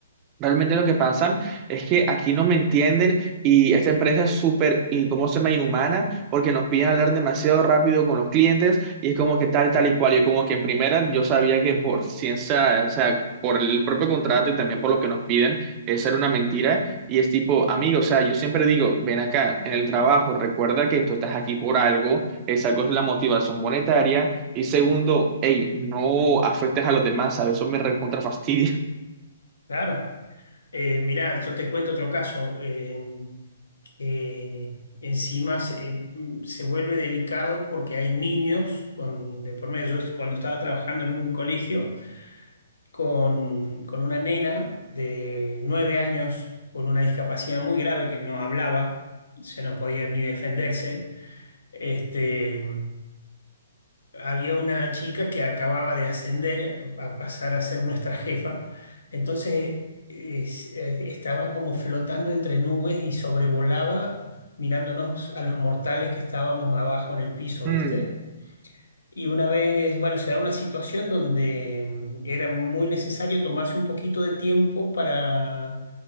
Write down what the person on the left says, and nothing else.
Claro. Eh, mirá, yo te cuento otro caso. Eh, que encima se, eh, mm, se vuelve delicado porque hay niños con, de por medio. Yo cuando estaba trabajando en un colegio con, con una nena de nueve años con una discapacidad muy grave que no hablaba, o sea, no podía ni defenderse, este, había una chica que acababa de ascender a, a pasar a ser nuestra jefa, entonces es- eh, estaba como flotando entre nubes y sobrevolaba mirándonos a los mortales que estábamos abajo en el piso,
¿viste? Y una vez, bueno, se da una situación donde mm, era muy necesario tomarse un poquito de tiempo para